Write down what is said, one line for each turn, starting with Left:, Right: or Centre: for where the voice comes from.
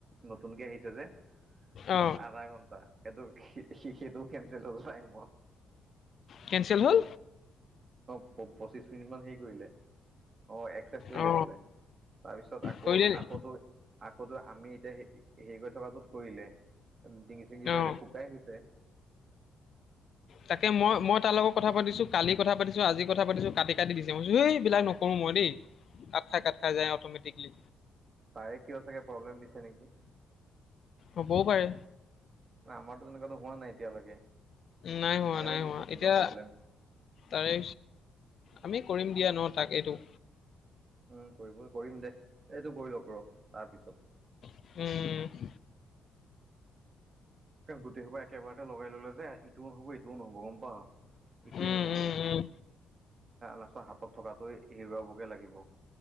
Right: নতুনকে আহিছে যে
Left: অ
Right: তাত আধা ঘন্টা, সেইটো সি-সি কেনচেল হ'ল টাইমত।
Left: কেঞ্চেল হ'ল?
Right: পঁচিছ মিনিট মান হেৰি কৰিলে, অ' এক্সেপ্ত কৰিলে
Left: অ
Right: বোলে, তাৰপিছত আকৌ,
Left: কৰিলে নি
Right: আকৌ তোৰ আকৌ আমি এতিয়া হেৰি কৰি থকাটোত কৰিলে, ডিঙি চিঙিটো এতিয়া
Left: অ
Right: শুকাই গৈছে।
Left: তাকে মই মই তাৰ লগত কথা পাতিছো, কালি কথা পাতিছো, আজি কথা পাতিছো, কাটি কাটি দিছে মই কৈছোঁ দেই এইবিলাক নকৰো মই দেই। কাট খাই কাট খাই যায় অ'টমেটিকলি।
Right: তাৰে কিয় চাগে প্ৰব্লেম দিছে নেকি।
Left: হ'বওঁ পাৰে।
Right: আমাৰতো তেনেকুৱাতো হোৱা নাই এতিয়ালৈকে।
Left: নাই হোৱা,
Right: তাৰে
Left: নাই
Right: হৈছে
Left: হোৱা।
Right: কিবা
Left: এতিয়া
Right: প্ৰব্লেম
Left: তাৰে, আমি কৰিম দিয়া ন' তাক এইটো?
Right: উম, কৰিব কৰিম দে, এইটো গৈ লওঁক ৰ' তাৰপিছত।
Left: উম।
Right: কেও গোটেই সোপা একেবাৰতে লগাই ল'লে যে ইটোওঁ নহব, এইটোওঁ নহ'ব, গম পাও? একোৱেই
Left: উম
Right: নহবগে,
Left: উম উম
Right: লাষ্টত হাতত থকাটোয়ে হেৰুৱাবগে লাগিব।